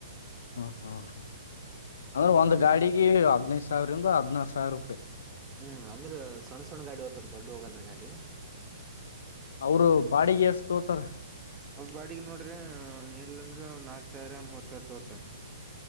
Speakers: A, on the left; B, on the right.
A: ಹ ಹಾ ಹಾ ಅಂದ್ರೆ ಒಂದ್ ಗಾಡಿಗೆ ಹದಿನೈದು ಸಾವಿರಿಂದ ಹದ್ನಾರು ಸಾವಿರ ರೂಪಾಯಿ
B: ಹ್ಮ್ ಅಂದ್ರೆ ಸಣ್ಣ ಸಣ್ಣ ಗಾಡಿ ಹೋಗ್ತ ದೊಡ್ಡ ಹೋಗಲ್ರರಿ ಗಾಡಿ
A: ಅವರು ಬಾಡಿಗೆ ಎಷ್ಟ ತೋತಾರ
B: ಒಂದ ಬಾಡಿಗೆ ನೋಡ್ರಿ ಎಲ್ಲ ಅಂದ್ರ ನಾಕ್ ಸಾವಿರ ಮೂರ್ ಸಾವಿರ ತಗೋತಾರ